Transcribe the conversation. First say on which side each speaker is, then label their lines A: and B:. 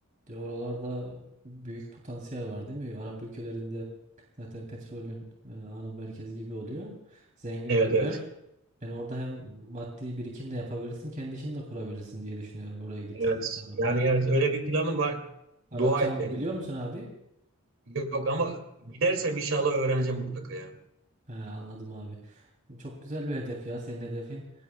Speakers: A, on the right; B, on the right.
A: De oralarda büyük potansiyel var değil mi? Arap ülkelerinde zaten petrolün e, ana merkezi gibi oluyor. Zengin
B: Evet
A: ülkeler.
B: evet.
A: Yani orada hem maddi birikim de yapabilirsin, kendi işini de kurabilirsin diye düşünüyorum oraya gittikten
B: Evet.
A: sonra.
B: Yani evet öyle bir planım var.
A: Arapça
B: Dua et benim.
A: biliyor musun abi?
B: Yok ama gidersem inşallah öğreneceğim mutlaka ya.
A: He, anladım abi. Çok güzel bir hedef ya senin hedefin.